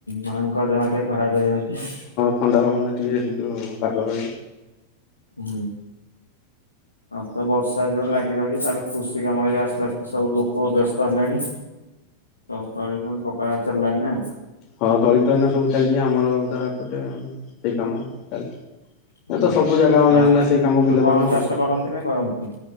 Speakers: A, on the left (about 80°); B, on the left (about 45°).
A: ମାଙ୍କ ଦେହ ଟେ ଖରାପ ହେଇଯାଉଚି।
B: ଥଣ୍ଡାଭଣ୍ଡା ଟିକେ କିନ୍ତୁ ପାଗ ହୋଇଯଏ।
A: ହୁଁ। ହଁ ତ ବର୍ଷା ଯୋଉ ଲାଗି ରହିଚି ତାପରେ କୃଷି କାମରେ ଆସ୍ତେ ଆସ୍ତେ ସବୁ ଲୋକ ବ୍ୟସ୍ତ ହେଲେଣି। ତଉ ତ ପୋକ ଚାଲିଲ ନା। <unintelligible>
B: ହଁ ତଳିତ ଏଇନା ସବୁ ଚାଲିଚି ଆମରଟା ଏପଟେ ସେଇ କାମ ଚାଲିଚି।
A: ହୁଁ।
B: ଏ ତ ସବୁ ଜାଗା ମାନରେ
A: ଆ
B: ନା ସେଇ କାମ ବିଲ
A: ଆପଣ
B: କାମ ଆଉ।
A: ଚାଷ କରନ୍ତି ନା କରନ୍ତିନି